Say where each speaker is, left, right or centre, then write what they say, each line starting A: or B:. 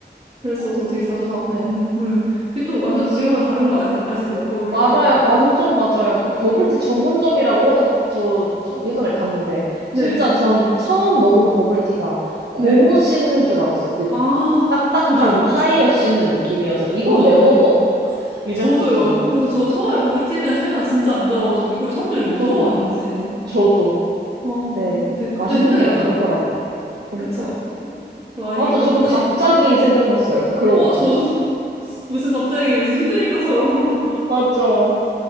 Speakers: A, on the right (about 35°); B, on the right (about 65°).
A: 그랬어서
B: 아, 너무
A: 되게
B: 좋다.
A: 자주,
B: 네.
A: 음, 음. 그게 또 완전
B: 저 지금
A: 가게마다 다른 거 아시, 아시죠? 버블티.
B: 말아요. 완전 맞아요. 그 버블티 전문점이라고 해서 저, 처- 예전에 갔는데
A: 네,
B: 진짜 전 처음 먹은 버블티가
A: 네.
B: 고무 씹는 줄 알았어요. 그
A: 아,
B: 딱딱한
A: 저도,
B: 타이어 씹는 느낌이어서 이걸
A: 저도,
B: 왜
A: 저도.
B: 먹어? 이랬었어요.
A: 저도요. 그래서 저 처음에 버블티에 대한 첫인상 진짜 안 좋아가지고 이걸 사람들이 왜
B: 저도,
A: 좋아하는지.
B: 저도.
A: 어,
B: 네,
A: 근데 갑자기
B: 맛있는
A: 생각이
B: 데는
A: 나더라고요.
B: 다르더라고요. 그니까요.
A: 그쵸? 아니,
B: 맞죠?
A: 이게 버블티.
B: 저도 갑자기 생각났어요. 그러고
A: 어,
B: 나서.
A: 저도 <laughs> 무슨 갑자기 무슨 휘둘린 것처럼.
B: 맞죠.